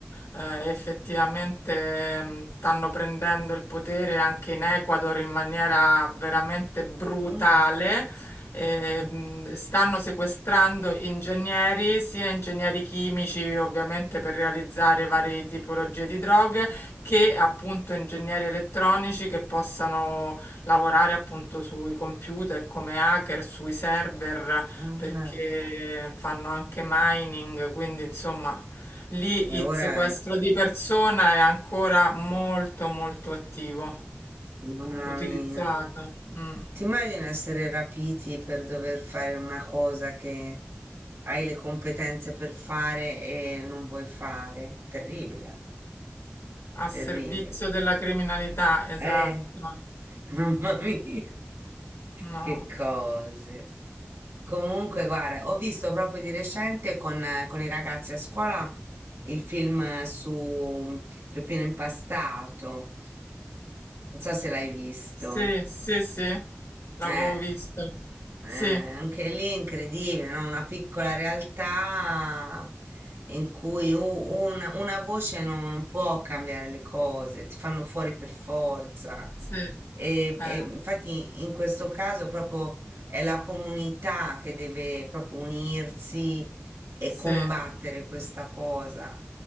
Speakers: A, on the left; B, on the right.
A: effettivamente mh, stanno prendendo il potere anche in Ecuador in maniera veramente brutale.
B: mm,
A: eh,
B: mm,
A: mh, stanno sequestrando ingegneri, sia ingegneri chimici ovviamente per realizzare varie tipologie di droghe, che appunto ingegneri elettronici che possano Lavorare appunto sui computer come hacker, sui server,
B: ah,
A: perché fanno anche mining, quindi insomma lì
B: e
A: il
B: ora,
A: sequestro di persona è ancora molto molto attivo,
B: mamma
A: utilizzato,
B: mia.
A: mm,
B: Ti immagini essere rapiti per dover fare una cosa che hai le competenze per fare e non vuoi fare? Terribile,
A: a
B: terribile.
A: servizio della criminalità, esatto.
B: Eh, <laughs> mamma mia,
A: No.
B: che cose. Comunque, guarda, ho visto proprio di recente con, eh, con i ragazzi a scuola il film eh, su Peppino Impastato. Non so se l'hai visto.
A: Sì, sì, sì, l'avevo
B: Eh.
A: visto.
B: Eh,
A: Sì,
B: anche lì è incredibile, no? Una piccola realtà in cui u- una, una voce non, non può cambiare le cose, ti fanno fuori per forza.
A: sì,
B: E,
A: eh,
B: e infatti in questo caso proprio è la comunità che deve proprio unirsi e
A: sì.
B: combattere questa cosa.